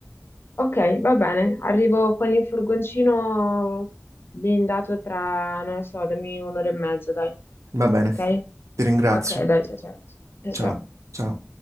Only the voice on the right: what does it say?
Va bene,
ti ringrazio.
Ciao,
ciao.